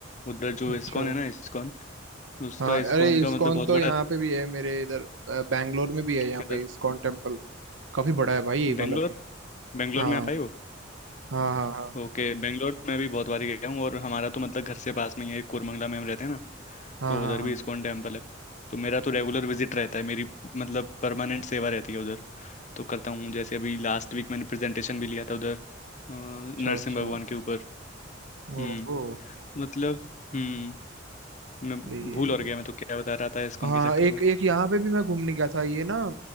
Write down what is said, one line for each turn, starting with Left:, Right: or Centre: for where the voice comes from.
Left: उधर जो
Right: अच्छा
Left: इस्कॉन है ना इस्कॉन उसका
Right: हाँ
Left: इस्कॉन
Right: अरे
Left: का
Right: इस्कॉन
Left: मतलब बहुत
Right: तो
Left: बड़ा
Right: यहाँ पे भी है मेरे इधर अ, बैंगलोर में भी है यहाँ
Left: किधर
Right: पे इस्कॉन टेम्पल काफी बड़ा है भाई ये
Left: बेंगलोर
Right: वाला भी
Left: बेंगलोर
Right: हाँ
Left: में आप आए हो
Right: हाँ हाँ हाँ
Left: ओके बेंगलोर में भी बहुत बार गया हूँ और हमारा तो मतलब घर से पास में ही है कोरमंगला में हम रहते हैं ना
Right: हाँ
Left: तो
Right: हाँ
Left: उधर
Right: हाँ
Left: भी इस्कॉन टेम्पल है तो मेरा तो रेगुलर विजिट रहता है मेरी मतलब परमानेंट सेवा रहती है उधर तो करता हूँ जैसे अभी लास्ट वीक मैंने प्रेजेंटेशन भी लिया था उधर अ, नरसिंह
Right: अच्छा अच्छा
Left: भगवान के ऊपर
Right: ओहो
Left: हम्म मतलब हम्म मैं
Right: सही
Left: भूल
Right: है भाई।
Left: और गया मैं तो क्या बता रहा था इस्कॉन
Right: हाँ
Left: के चक्कर
Right: एक
Left: में
Right: एक यहाँ पे भी मैं घूमने गया था ये ना